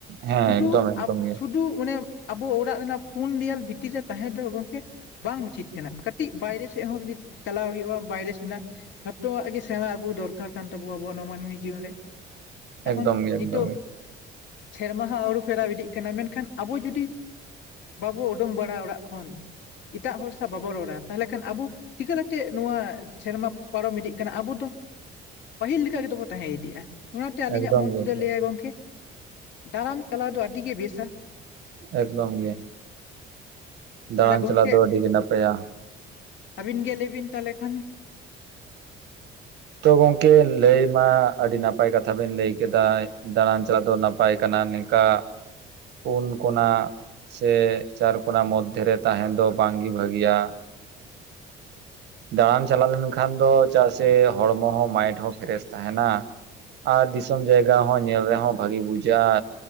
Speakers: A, on the right; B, on the left.
A: ᱦᱮᱸ
B: ᱥᱩᱫᱩ
A: ᱮᱠᱫᱚᱢ ᱮᱠᱫᱚᱢ
B: ᱟ
A: ᱜᱮ
B: ᱥᱩᱫᱩ ᱚᱱᱮ ᱟᱵᱚ ᱚᱲᱟᱜ ᱨᱮᱱᱟᱜ ᱯᱩᱱ ᱫᱮᱭᱟᱞ ᱵᱷᱤᱛᱤᱨ ᱨᱮ ᱛᱟᱦᱮᱸ ᱫᱚ ᱜᱚᱝᱠᱮ ᱵᱟᱝ ᱩᱪᱤᱛ ᱠᱟᱱᱟ ᱠᱟᱹᱴᱤᱡ ᱵᱟᱭᱨᱮ ᱥᱮᱫ ᱦᱚᱸ ᱪᱟᱞᱟᱣ ᱦᱩᱭᱩᱜᱼᱟ᱾ ᱵᱟᱭᱨᱮ ᱥᱮᱱᱟᱜ ᱡᱷᱚᱛᱚᱣᱟᱜ ᱜᱮ ᱥᱮᱬᱟ ᱟᱹᱜᱩ ᱫᱚᱨᱠᱟᱨ ᱠᱟᱱ ᱛᱟᱵᱚ ᱟᱵᱚᱣᱟᱜ ᱱᱚᱣᱟ ᱢᱟᱱᱢᱤ ᱡᱤᱭᱚᱱ ᱨᱮ᱾ ᱮᱠᱷᱚᱱ
A: ᱮᱠᱫᱚᱢ ᱜᱮ
B: ᱱᱤᱛᱚᱜ
A: ᱮᱠᱫᱚᱢ ᱜᱮ
B: ᱥᱮᱨᱢᱟᱦᱟ ᱟᱹᱨᱩ ᱯᱷᱮᱨᱟᱣ ᱤᱫᱤᱜ ᱠᱟᱱᱟ ᱢᱮᱱᱠᱷᱟᱱ ᱟᱵᱚ ᱡᱩᱫᱤ ᱵᱟᱵᱚ ᱩᱰᱩᱝ ᱵᱟᱲᱟ ᱚᱲᱟᱜ ᱠᱷᱚᱱ ᱮᱴᱟᱜ ᱦᱚᱲ ᱥᱟᱶ ᱵᱟᱵᱚ ᱨᱚᱲ-ᱟ ᱛᱟᱦᱚᱞᱮ ᱠᱷᱟᱱ ᱟᱵᱚ ᱪᱤᱠᱟᱹ ᱞᱮᱟᱛᱮ ᱱᱚᱣᱟ ᱥᱮᱨᱢᱟ ᱯᱟᱨᱚᱢ ᱤᱫᱤᱜ ᱠᱟᱱᱟ ᱟᱵᱚ ᱫᱚ ᱯᱟᱹᱦᱤᱞ ᱞᱮᱠᱟ ᱜᱮᱫᱵᱚ ᱛᱟᱦᱮᱸ ᱤᱫᱤᱜᱼᱟ᱾ ᱚᱱᱟᱛᱮ ᱟᱹᱞᱤᱧᱟᱜ
A: ᱮᱠᱫᱚᱢ
B: ᱢᱚᱱ
A: ᱜᱮ
B: ᱛᱮᱫᱚ
A: ᱮᱠᱫᱚᱢ
B: ᱞᱟᱹᱭᱟᱭ ᱜᱚᱢᱠᱮ ᱫᱟᱬᱟᱱ ᱪᱟᱞᱟᱣ ᱫᱚ ᱟᱹᱰᱤᱜᱮ ᱵᱮᱥᱟ᱾
A: ᱮᱠᱫᱚᱢ ᱜᱮ, ᱫᱟᱬᱟᱱ
B: ᱛᱟᱦᱚᱞᱮ ᱜᱚᱝᱠᱮ
A: ᱪᱟᱞᱟᱜ ᱫᱚ ᱟᱹᱰᱤ ᱜᱮ ᱱᱟᱯᱟᱭᱟ᱾
B: ᱟᱹᱵᱤᱱ ᱜᱮ ᱞᱟᱹᱭᱵᱤᱱ ᱛᱟᱦᱚᱞᱮ ᱠᱷᱟᱱ᱾
A: ᱛᱚ ᱜᱚᱝᱠᱮ ᱞᱟᱹᱭ ᱢᱟ ᱟᱹᱰᱤ ᱱᱟᱯᱟᱭ ᱠᱟᱛᱷᱟ ᱵᱮᱱ ᱞᱟᱹᱭ ᱠᱮᱫᱟ ᱫᱟᱬᱟᱱ ᱪᱟᱞᱟᱜ ᱫᱚ ᱱᱟᱯᱟᱭ ᱠᱟᱱᱟ, ᱱᱤᱝᱠᱟ ᱯᱩᱱ ᱠᱚᱱᱟᱜ ᱥᱮ ᱪᱟᱨ ᱠᱚᱱᱟᱜ ᱢᱚᱫᱽᱫᱷᱮ ᱨᱮ ᱛᱟᱦᱮᱱ ᱫᱚ ᱵᱟᱝ ᱜᱮ ᱵᱷᱟᱹᱜᱤᱭᱟ᱾ ᱫᱟᱬᱟᱱ ᱪᱟᱞᱟᱣ ᱞᱮᱱᱠᱷᱟᱱ ᱫᱚ ᱪᱟᱜ ᱥᱮ ᱦᱚᱲᱢᱚ ᱦᱚᱸ ᱢᱟᱭᱤᱱᱰ ᱦᱚᱸ ᱯᱷᱨᱮᱥ ᱛᱟᱦᱮᱱᱟ᱾ ᱟᱨ ᱫᱤᱥᱚᱢ ᱡᱟᱭᱜᱟ ᱦᱚᱸ ᱧᱮᱞ ᱨᱮᱦᱚᱸ ᱵᱷᱟᱹᱜᱤ ᱵᱩᱡᱟᱹᱜ-ᱟ᱾